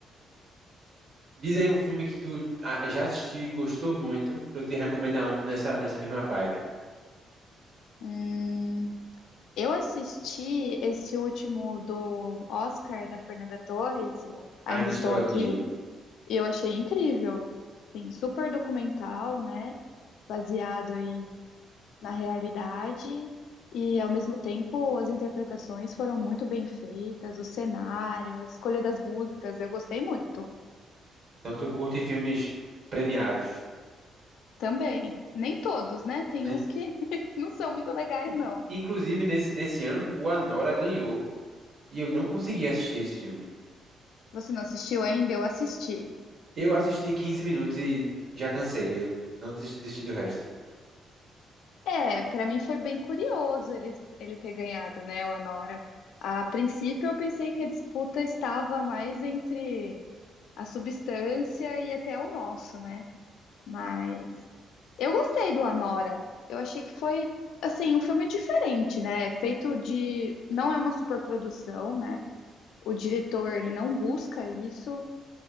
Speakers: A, on the right; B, on the left.
A: Diz aí um filme que tu ah, já assistiu e gostou muito, pra eu te recomendar um nessa, nessa mesma vibe.
B: Hum, eu assisti esse último do Oscar da Fernanda Torres, o Ainda
A: Ainda
B: Estou
A: estou
B: Aqui.
A: aqui.
B: E eu achei incrível, sim, super documental, né? Baseado aí na realidade e ao mesmo tempo as interpretações foram muito bem feitas, o cenário, a escolha das músicas, eu gostei muito.
A: Então, tu curte filmes premiados.
B: Também, nem todos, né? Tem
A: né?
B: uns que <laughs> não são muito legais,
A: I-
B: não.
A: Inclusive, nesse, nesse ano, o Anora ganhou e eu não consegui assistir esse filme.
B: Você não assistiu ainda? Eu assisti.
A: Eu assisti 15 minutos e já cansei. Eu não desisti desisti do resto.
B: É, pra mim foi bem curioso ele, ele ter ganhado, né, o Anora. A princípio eu pensei que a disputa estava mais entre a substância e até o nosso, né? Mas eu gostei do Anora. Eu achei que foi assim um filme diferente, né? É Feito de não é uma superprodução, né? O diretor ele não busca isso,